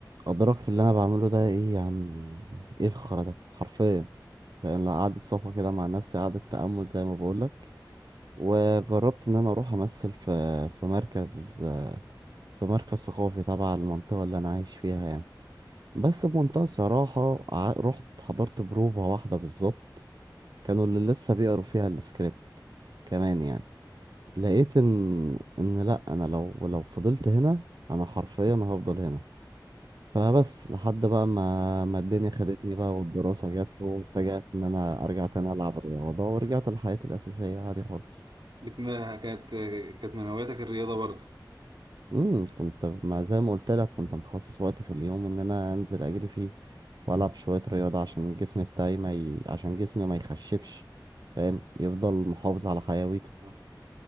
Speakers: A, on the right (about 65°); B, on the right (about 90°).
A: ادركت اللي انا بعمله ده ايه يا عم ال- ايه الخرا ده حرفيا يعني قعدت صفا كده مع نفسي قعدت تأمل زي ما بقول لك وجربت ان انا اروح امثل في في مركز في مركز ثقافي تبع المنطقة اللي انا عايش فيها يعني بس بمنتهى الصراحة ع- رحت حضرت بروفة واحدة بالظبط كانوا اللي لسه بيقروا فيها السكريبت كمان يعني لقيت ان ان لا انا لو لو فضلت هنا انا حرفيا هفضل هنا فبس لحد بقى ما ما الدنيا خدتني بقى والدراسة جت واتجهت ان انا ارجع تاني العب رياضة ورجعت لحياتي الاساسية عادي خالص
B: بتم- كانت كانت من هواياتك الرياضة برضه
A: امم كنت ما زي ما قلت لك كنت مخصص وقت في اليوم ان انا انزل اجري فيه والعب شوية رياضة عشان الجسم بتاعي ما ي... عشان جسمي ما يخشبش فاهم يفضل محافظ على حيويته
B: آه.